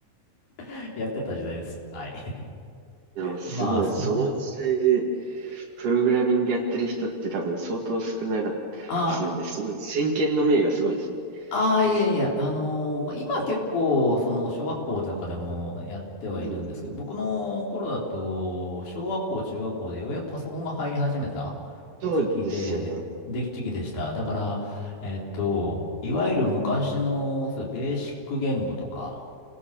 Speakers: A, on the left; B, on the right.
A: <laughs> やってた時代です。はい。
B: でもすごい、
A: まあ、そう、
B: その時代で、
A: <laughs>
B: プログラミングやってる人って多分相当少なかったりするんで、
A: あ、
B: すごい、先見の明がすごいですね。
A: ああ、
B: <laughs>
A: いやいや、あのーまあ、今結構、その、小学校とかでもやってはいるんですけど、
B: うんうんうん、
A: 僕の頃だと、小学校、中学校でようやくパソコンが入り始めた
B: そうですよね。
A: 時期で、で、時期でした。だから、えっと、いわゆる昔の、そう、ベーシック言語とか